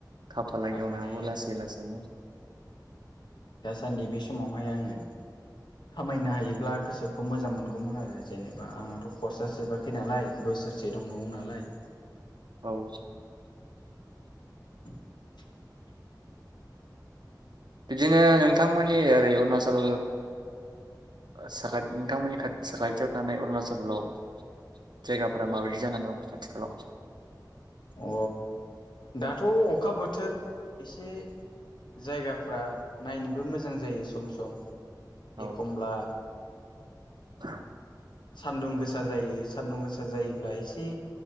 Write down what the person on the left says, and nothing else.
माने
दासान्दि बे समावहाय आंङो खामायनो हायोब्ला गोसोखौ मोजां मोनगौमोन आरो जेनेबा आंहाथ' कर्सा जोबाखै नालाय बोसोरसे दंबावो नालाय
<inaudible>
अ दाथ' अखा बोथोर एसे जायगाफ्रा नायनोबो मोजां जायो सम सम
एखमब्ला
सान्दुं गोसा जायो सान्दुं गोसा जायोब्ला एसे